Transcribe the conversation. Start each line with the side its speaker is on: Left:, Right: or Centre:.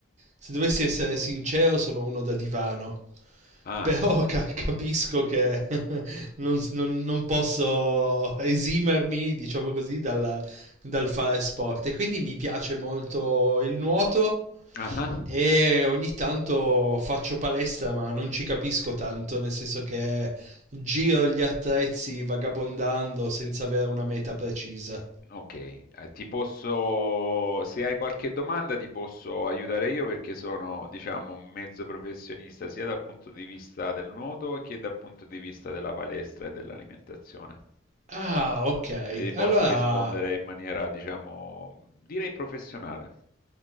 Right: Se dovessi essere sincero, sono uno da divano. <laughs>
Left: Ah,
Right: Però ca- capisco che <laughs> non, non- non posso esimermi, diciamo così, dal, dal fare sport. E quindi mi piace molto il nuoto
Left: ah, ah.
Right: e ogni tanto faccio palestra, ma non ci capisco tanto, nel senso che giro gli attrezzi vagabondando senza avere una meta precisa.
Left: Ok, eh, ti posso, se hai qualche domanda ti posso aiutare io perché sono, diciamo, un mezzo professionista sia dal punto di vista del nuoto che dal punto di vista della palestra e dell'alimentazione.
Right: Ah, ok.
Left: Quindi ti posso
Right: Allora,
Left: rispondere in maniera, diciamo, direi professionale.